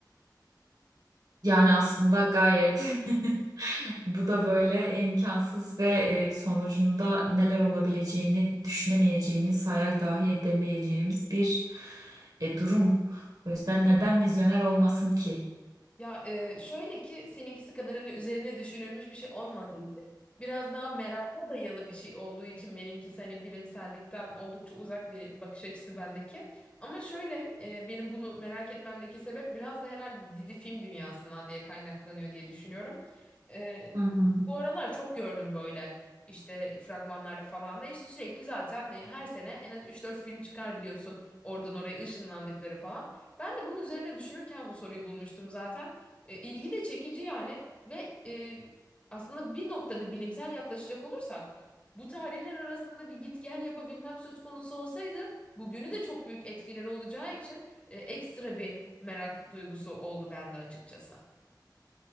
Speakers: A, on the right; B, on the left.
A: Yani aslında gayet <laughs> bu da böyle imkansız ve e, sonucunda neler olabileceğini düşünemeyeceğimiz, hayal dahi edemeyeceğimiz bir e, durum. O yüzden neden vizyoner olmasın ki?
B: Ya e, şöyle ki seninkisi kadar hani üzerine düşünülmüş bir şey olmadığı için biraz daha meraka dayalı bir şey olduğu için benimkisi hani bilimsellikten oldukça uzak bir bakış açısı bendeki. Ama şöyle e, benim bunu merak etmemdeki sebep biraz da herhalde dizi film dünyasından diye kaynaklanıyor diye düşünüyorum. E,
A: Hı hı.
B: bu aralar çok gördüm böyle işte fragmanlarda falan da işte sürekli zaten e, her sene en az üç dört film çıkar biliyorsun oradan oraya ışınlandıkları falan. Ben de bunun üzerine düşünürken bu soruyu bulmuştum zaten. E, ilgi de çekici yani ve e, aslında bir noktada bilimsel yaklaşacak olursak bu tarihler arasında bir git gel yapabilmem söz konusu olsaydı bugünü de çok büyük etkileri olacağı için e, ekstra bir merak duygusu oldu bende açıkçası.